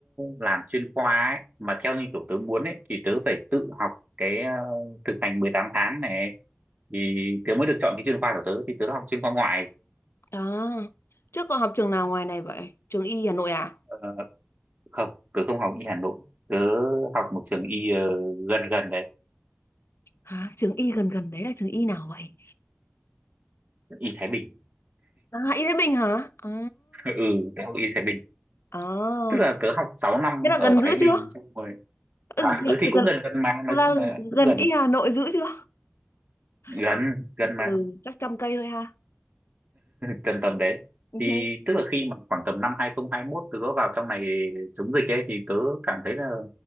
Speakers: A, on the right (about 40°); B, on the left (about 80°).
A: làm chuyên khoa ấy mà theo như kiểu tớ muốn ấy thì tớ phải tự học cái ờ, thực hành 18 tháng này ấy. thì tớ mới được chọn cái chuyên khoa của tớ thì tớ đã học chuyên khoa ngoại
B: À, trước cậu học trường nào ngoài này vậy? Trường Y Hà Nội à?
A: ờ, không tớ không học y Hà Nội tớ học một trường y ờ, gần gần đấy
B: Hả? Trường Y gần gần đấy là trường Y nào vậy?
A: y Thái Bình
B: À, Y Thái Bình hả? À,
A: <laughs> ừ tớ học y Thái Bình
B: à.
A: tức là tớ học 6 năm
B: Thế là gần
A: ở Thái
B: giữ
A: Bình
B: chưa?
A: xong rồi
B: Ừ,
A: hả
B: gần,
A: ừ thì cũng
B: gần-
A: gần gần mà
B: là
A: nói chung là cũng
B: gần
A: gần
B: Y Hà Nội giữ chưa?
A: gần
B: Ờ,
A: gần
B: Ừ,
A: mà
B: chắc trăm cây thôi ha.
A: tầm tầm đấy
B: Ừ,
A: thì tức là khi mà khoảng tầm năm 2021 tớ có vào trong này chống dịch ấy thì tớ cảm thấy là